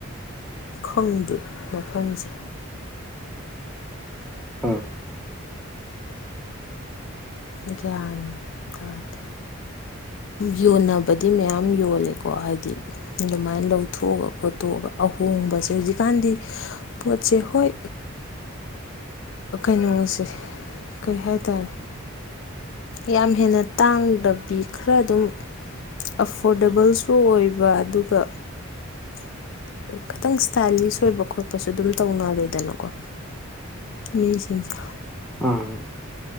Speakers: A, on the left; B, in the centre.
A: ꯈꯪꯗꯦ ꯃꯐꯝꯁꯦ
B: <unintelligible>
A: ꯒ꯭ꯌꯥꯟ ꯇꯗꯦ
B: <inaudible>
A: ꯌꯣꯟꯅꯕꯗꯤ ꯃꯌꯥꯝ ꯌꯣꯜꯂꯦꯀꯣ ꯍꯥꯏꯗꯤ ꯑꯗꯨꯃꯥꯏꯅ ꯂꯧꯊꯣꯛꯑꯒ ꯈꯣꯠꯇꯣꯛꯑꯒ ꯑꯍꯣꯡꯕꯁꯦ ꯍꯧꯖꯤꯛꯀꯥꯟꯗꯤ ꯄꯣꯠꯁꯦ ꯍꯣꯏ ꯀꯩꯅꯣꯁꯦ ꯀꯩ ꯍꯥꯏꯇꯥꯔꯦ ꯌꯥꯝ ꯍꯦꯟꯅ ꯇꯥꯡꯗꯕꯤ ꯈꯔ ꯑꯗꯨꯝ ꯑꯐꯣꯔꯗꯦꯕꯜꯁꯨ ꯑꯣꯏꯕ ꯑꯗꯨꯒ ꯈꯤꯇꯪ ꯏꯁꯇꯥꯏꯂꯤꯁ ꯑꯣꯏꯕ ꯈꯣꯠꯄꯁꯨ ꯑꯗꯨꯝ ꯇꯧꯅꯔꯦꯗꯅꯀꯣ ꯃꯤꯁꯤꯡꯁꯦ
B: ꯎꯝ